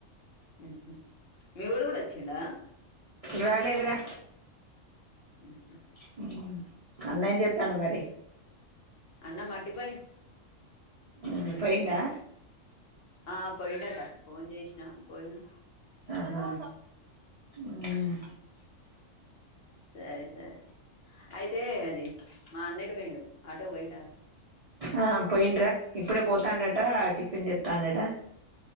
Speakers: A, on the left; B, on the right.
A: హ్మ్ హు మీ వోడు కూడా వచ్చిండ
B: రాలేదు రా
A: హ్మ్ హు
B: హ్మ్ అన్నా ఏం చేతాన్నాడు మరి
A: అన్న మట్టి పని మట్టి
B: ఉమ్
A: పనికి
B: పోయిండా
A: పోయిండు ఆ పోయిండటా ఫోన్ చేసిన పోయినా
B: ఆహా ఉమ్
A: సరే సరే అయితే అది మా అన్న పోయిండు ఆటో పోయిండా
B: ఆ పోయిండ్రా ఇప్పుడే పోతాండట టిఫిన్ చె టండట